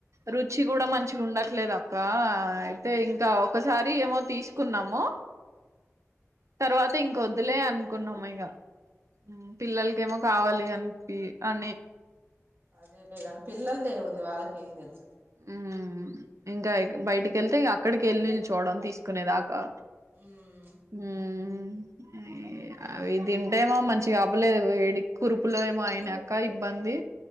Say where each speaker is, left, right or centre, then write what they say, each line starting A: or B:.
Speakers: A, on the right; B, on the right.
A: రుచి కూడా మంచిగా ఉండట్లేదు, అ కా అయితే ఇంకా ఒకసారి ఏమో తీసుకున్నాము తర్వాత ఇంకొద్దులే అనుకున్నాం ఐంగా ఉమ్ పిల్లలకేమో కావాలి అన్ ఈ అని
B: అదేలేగాని పిల్లలదేముంది వాళ్ళకేం తెలుసు
A: ఉ ఇంకా బయటికెళ్తే అక్కడికి వెళ్ళి నిల్చోడం తీసుకునేదాకా
B: ఉమ్
A: ఊ <unintelligible>
B: అంతే
A: అవి తింటేమో మంచి తి అవ్వలేదు వేడి కురుపులో ఏమో అయినాయి అక్క ఇబ్బంది